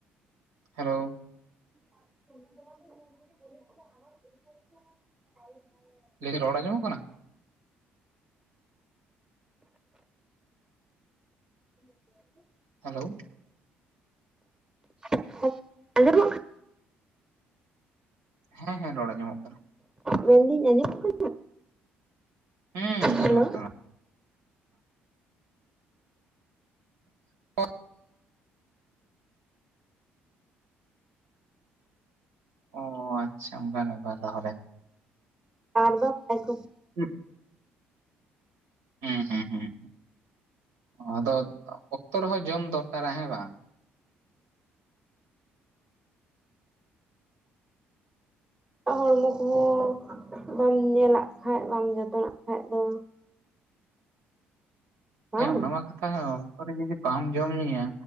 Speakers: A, on the right; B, on the right.
A: ᱦᱮᱞᱳ
B: <unintelligible>
A: ᱞᱟᱹᱭ ᱫᱟᱹᱧ ᱨᱚᱲ ᱟᱸᱡᱚᱢᱚᱜ ᱠᱟᱱᱟ?
B: <unintelligible>
A: ᱦᱮᱞᱳ
B: <unintelligible> ᱟᱡᱚᱢᱚᱜ ᱠᱟ
A: ᱦᱮᱸ ᱦᱮᱸ ᱨᱚᱲ ᱟᱸᱡᱚᱢᱚᱜ ᱠᱟᱱᱟ ᱾
B: ᱢᱮᱱᱫᱟᱹᱧ ᱟᱡᱚᱢᱚᱢ ᱠᱟᱱᱟ?
A: ᱦᱮᱸ
B: ᱦᱮᱞᱳ
A: ᱟᱡᱚᱢᱚᱜ ᱠᱟᱱᱟ ᱾ <unintelligible> ᱚᱻ ᱟᱪᱪᱷᱟ ᱚᱱᱠᱟ ᱵᱮᱯᱟᱨ ᱛᱟᱦᱚᱞᱮ᱾
B: ᱟᱨ ᱫᱚ <unintelligible>
A: ᱦᱩᱸ ᱦᱩᱸ ᱦᱩᱸ ᱦᱩᱸ ᱟᱫᱚ ᱚᱠᱛᱚ ᱨᱮ ᱦᱚᱸ ᱡᱚᱢ ᱫᱚᱨᱠᱟᱨᱟᱭ ᱦᱮᱸ ᱵᱟᱝ?
B: ᱦᱚᱲᱢᱚ ᱠᱚ ᱦᱚᱸ ᱵᱟᱢ ᱧᱮᱞᱟᱜ ᱠᱷᱟᱡ ᱵᱟᱢ ᱡᱚᱛᱚᱱᱟᱜ ᱠᱷᱟᱡ ᱫᱚ? ᱵᱟᱝ
A: ᱦᱮᱸ ᱚᱱᱟ ᱢᱟ ᱠᱟᱛᱷᱟ ᱚᱠᱛᱚ ᱨᱮ ᱡᱩᱫᱤ ᱵᱟᱢ ᱡᱚᱢ ᱧᱩᱭᱟ